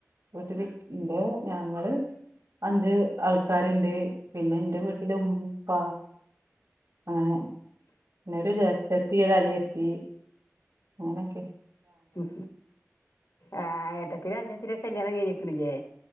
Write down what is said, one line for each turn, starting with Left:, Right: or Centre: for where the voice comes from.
Right: വീട്ടില് ന്റെ ഞങ്ങള് അഞ്ച് ആൾക്കാരുണ്ട് പിന്നെ ഇന്റെ വീട്ടില ഉമ്മപ്പ അങ്ങനെ ഇവ്ടെ ജേഷ്ടത്തി ഒരനിയത്തി അങ്ങനക്കെ
Left: ഉ ആ ഏട്ടത്തിര അഞ്ചത്തിര കല്യാണം കഴിഞ്ഞക്കണില്ലേ